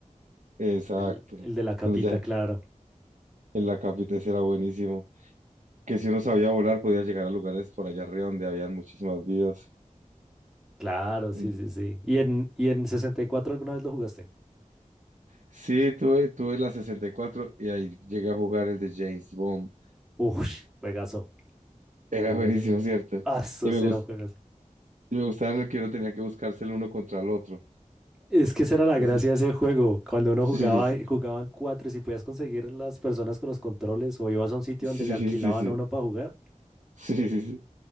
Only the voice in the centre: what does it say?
el, el de la capita,
claro.
Claro, sí,
sí, sí. ¿Y en, y en 64 alguna vez lo jugaste?
Ush, juegazo,
juegazo,
juegazo.
Ah, eso
será
un juegazo.
Es que esa era la
gracia
de ese juego. Cuando uno
jugaba, jugaban cuatro y si podías conseguir las personas con los controles o ibas a un sitio
donde
le alquilaban
a uno para jugar,